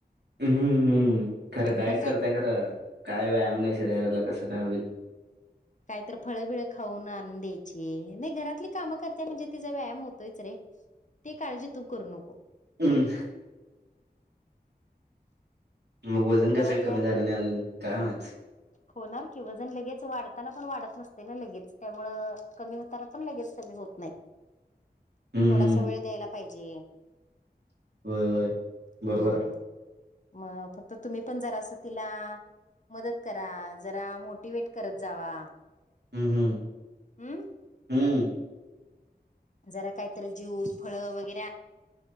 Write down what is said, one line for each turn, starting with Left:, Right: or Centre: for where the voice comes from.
Right: म्म हम् खरं डाएट
Left: मग काय
Right: करतिया खरं काय व्यायाम नाही शरीराला कसं काय होईल
Left: कायतर फळ बिळं खाऊन आणून द्यायची नाही घरातली कामं करते म्हणजे तिचा व्यायाम होतोयच रे ती काळजी तू करू नको
Right: हम् <inaudible> मग वजन
Left: घरातल्या
Right: कस कमी झालं नाही अजून. काय माहित.
Left: होणार कि जण लगेच वाढताना पण वाढत नसते ना लगेच त्यामुळ कमी हो. पण लगेच कमी होत नाही.
Right: <inaudible> हं,
Left: थोडासा
Right: हं.
Left: वेळ द्यायला पाहिजे.
Right: वय वय
Left: हम्म
Right: बरोबर आहे.
Left: मग फक्त तुम्ही पण जरा असं तिला. मदत करा जरा मोटिवेट करत जावा.
Right: हम्म हम्म,
Left: हम्म.
Right: हम्म.
Left: जरा काहीतरी ज्यूस फळ वगैरे.